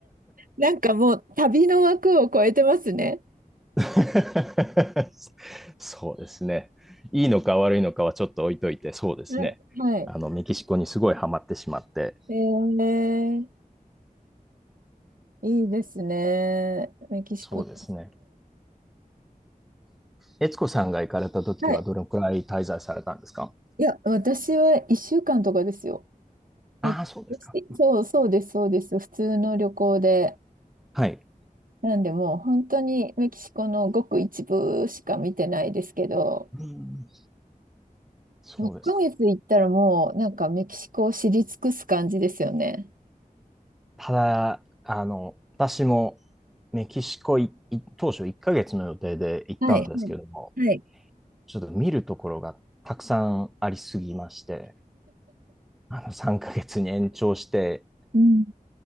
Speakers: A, on the right; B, in the centre.
A: なんかもう旅の枠を超えてますね。
B: <laughs> そうですね。いいのか悪いのかはちょっと置いといて、そうですね。
A: はい。はい。
B: あの、メキシコにすごいハマってしまって、
A: えー、いいですね。メキシコ。
B: そうですね。悦子さんが行かれた時はどれくらい滞在されたんですか
A: はい。いや、私は1週間とかですよ。
B: ああー、
A: えメキシそう、
B: そうですか。
A: そうです、そうです。普通の旅行で。
B: はい。
A: なんで、もう本当にメキシコのごく一部しか見てないですけど、
B: うん。そうですか。
A: 6ヶ月行ったらもうなんかメキシコを知り尽くす感じですよね。
B: ただ、あの、私もメキシコいい当初1ヶ月の予定で行ったんですけども、
A: はい。はい。はい。
B: ちょっと見るところがたくさんありすぎまして、あの3ヶ月に延長して
A: うん。